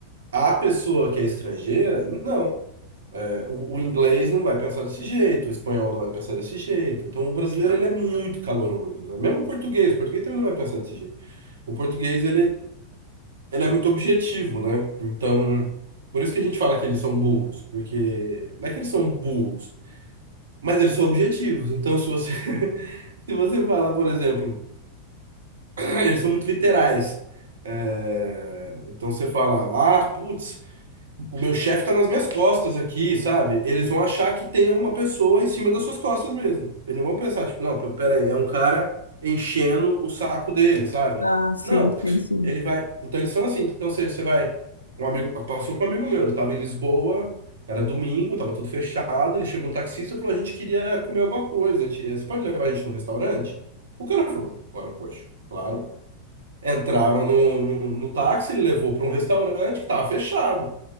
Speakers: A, on the right (about 65°); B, on the left (about 80°).
A: A pessoa que é estrangeira, não. O, o inglês não vai pensar desse jeito, o espanhol não vai pensar desse jeito. Então, o brasileiro ele é muito caloroso, né? Mesmo o português, o português também não vai pensar desse jeito. O português ele, ele é muito objetivo, né? Então, por isso que a gente fala que eles são burros, porque não é que eles são burros, mas eles são objetivos. Então, se você <laughs> se você fala, por exemplo, <clears throat> eles são muito literais. É, então você fala, ah, putz. O meu chefe tá nas minhas costas aqui, sabe? Eles vão achar que tem uma pessoa em cima das suas costas mesmo. Eles não vão pensar, tipo, não, pe- peraí, é um cara enchendo o saco dele, sabe?
B: Ah, sim,
A: Não.
B: sim, sim.
A: Ele vai. Então eles são assim. Então você, você vai. Um amigo. Passou com um amigo meu, ele tava em Lisboa, era domingo, tava tudo fechado. Ele chegou um taxista e falou: a gente queria comer alguma coisa. A gente, você pode levar a gente no restaurante? O cara falou: bora, poxa, claro. Entraram no, no, no táxi, ele levou para um restaurante que tava fechado.